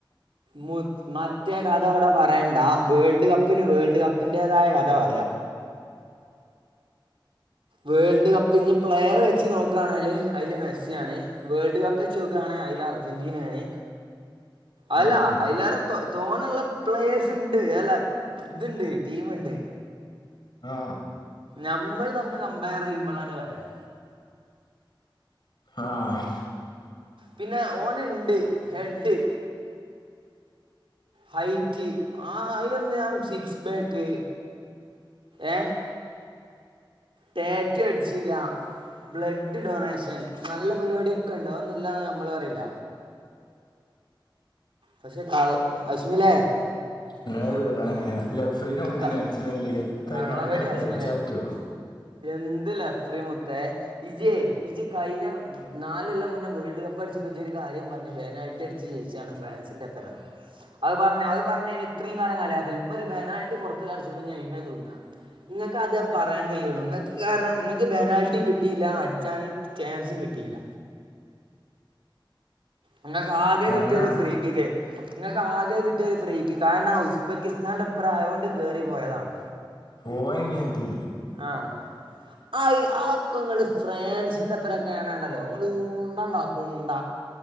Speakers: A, on the right (about 85°); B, on the left (about 60°).
A: മു മറ്റേ കഥ ഇവിടെ പറയണ്ട വേൾഡ് കപ്പിന് വേൾഡ് കപ്പിന്റേതായ കഥ പറയാം. വേൾഡ് കപ്പ് ഇനി പ്ലെയർ വെച്ച് നോക്കുകയാണെല് അതില് മെസ്സിയാണ്. വേൾഡ് കപ്പ് വെച്ച് നോക്കുകാണ് അതില് അർജന്റീന ആണ്. അല്ല
B: ആഹ്
A: അതിലറെ തോ തോനള്ള പ്ലേയേഴ്സ് ഉണ്ട് അല്ല ഇതുണ്ട് ടീമ്ണ്ട്.
B: ആ
A: നമ്മൾ തമ്മിൽ കമ്പയർ ചെയ്യുമ്പോളാ ണ് പറയണേ.
B: ആഹ്
A: പിന്നെ ഓന്ണ്ട് ഹെഡ് ഹൈറ്റ് ആഹ് അതിലൊന്ന് ഞാൻ സിക്സ് ബാക്ക് ഏഹ് ടാറ്റൂ അടിച്ചില്ല ബ്ലഡ് ഡൊണേഷൻ നല്ല പരിപാടിയൊക്കണ്ട് അ വുന്നില്ലാന്ന് നമ്മള് പറയില്ല പക്ഷേ കൾ അശ്മിലെ
B: ഇങ്ങളൊരു റാ ലഫ്രീനെ കൂട്ടി
A: ക
B: കളിച്ചതല്ലേ എത്ര
A: കള്ളവടി
B: അങ്ങനെ
A: ആശ്മലേ
B: കളിച്ചാറ്റോ
A: എന്ത് ലഫ്രി മുത്തേ ഇജേ ഇജ് കഴിഞ്ഞ നാല്‌ല്ലം മുന്നേ വേൾഡ് കപ്പ് അടിച്ച്പ്പ ജ് ഒരു കാര്യം പറഞ്ഞ് ബെനാൽട്ടി അടിച്ച് ജയിച്ചാണ് ഫ്രാൻസിന്റെ പ്പരം അത് പറഞ്ഞ അത് പറഞ്ഞേന് ഇത്രയും കാലം കളിയാക്കല് ഇപ്പൊര് പെനാൾട്ടി പൊറത്ത് അടിച്ചപ്പോ ഇനി അതീമേ തൂങ്ങാ നിങ്ങക്ക് അതെ പറയാൻ കഴിയുള്ളൂ നിങ്ങക്ക് കാരണം നിങ്ങക്ക് ബെനാൽറ്റിയും കിട്ടീല്ല അടിച്ചാലും ചാൻസും കിട്ടീല്ല നിങ്ങക്ക് ആകെ കിട്ടിയത്
B: ആന്നാ
A: ഫ്രീകിക്കെ നിങ്ങക്ക് ആകെ കിട്ടിയത് ഒരു ഫ്രീകിക്കാ കാരണം ഉസ്ബെക്കിസ്ഥാന്റെ പ്രായോണ്ട് കേറി പോയതാണ്
B: പോയ ങ്ങെ ഇജ്
A: ആഹ് അത് ആ അക്കങ്ങള് ഫ്രാൻസിന്റെ അപ്പനെ ക്കാണാണ്ടല്ലോ ഇങ്ങള് ഉണ്ട ഒണ്ടാക്കും ഉണ്ട